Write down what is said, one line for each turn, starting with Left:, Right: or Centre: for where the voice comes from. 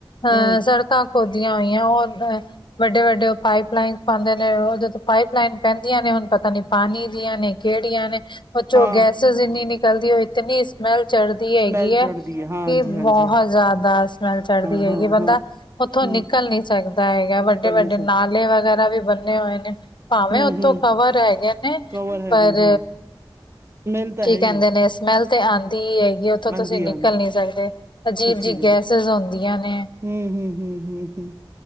Left: ਅ
Right: ਹਮ
Left: ਸੜਕਾਂ ਖੋਦੀਆਂ ਹੋਈਆਂ ਓ ਅ ਵੱਡੇ ਵੱਡੇ ਓ ਪਾਈਪ ਲਾਈਨ ਪਾਂਦੇ ਨੇ, ਓਦੇ ਤੇ ਪਾਈਪ ਲਾਈਨ ਪੈਂਦੀਆਂ ਨੇ, ਹੁਣ ਪਤਾ ਨੀ। ਪਾਣੀ ਦੀਆਂ ਨੇ, ਕੇਹੜੀਆਂ ਨੇ, ਓਹ ਚੋਂ
Right: ਹਾਂ
Left: ਗੈਸਿਸ ਇੰਨੀ ਨਿਕਲਦੀ ਓ ਇਤਨੀ ਸਮੈਲ ਚੜ੍ਹਦੀ
Right: ਸਮੈਲ
Left: ਹੈਗੀ ਐ,
Right: ਚੜ੍ਹਦੀ ਹੈ ਹਾਂਜੀ
Left: ਕਿ ਬੋਹਤ
Right: ਹਾਂਜੀ ਹਾਂ
Left: ਜ਼ਆਦਾ ਸਮੈਲ ਚੜ੍ਹਦੀ
Right: ਹਾਂ
Left: ਹੈਗੀ, ਬੰਦਾ
Right: ਹਾਂ
Left: ਔਥੋਂ
Right: ਹਮ
Left: ਨਿਕਲ ਨੀ ਸਕਦਾ ਹੈਗਾ, ਵੱਡੇ
Right: ਨਿਕਲ ਨੀ
Left: ਵੱਡੇ
Right: ਸਕ
Left: ਨਾਲੇ ਵਗੈਰਾ ਵੀ ਬ ਨੇ ਹੋਏ ਨੇ, ਭਾਵੇਂ
Right: ਹੂੰ
Left: ਉਤੋਂ
Right: ਹੂੰ
Left: ਕਵਰ ਹੈਗੇ। ਨੇ
Right: ਕਵਰ ਹੈਗੇ
Left: ਪਰ
Right: ਨੇ, ਹਾਂ ਸਮੈਲ ਤਾਂ
Left: ਕੀ
Right: ਹੈ
Left: ਕਹਿੰਦੇ
Right: ਈ ਏ।
Left: ਨੇ ਸਮੈਲ ਤੇ ਆਂਦੀ ਈ ਏ। ਵੀ ਔਥੋਂ ਤੁਸੀਂ
Right: ਆਂਦੀ
Left: ਨਿਕਲ
Right: ਆਂਦੀ
Left: ਨੀ ਸਕਦੇ, ਅਜੀਬ
Right: ਸੱਚੀ
Left: ਜਿਹੀ
Right: ਗੱਲ
Left: ਗੈਸਿਸ ਹੁੰਦੀਆਂ ਨੇ।
Right: ਹੂੰ ਹੂੰ ਹੂੰ ਹੂੰ ਹੂੰ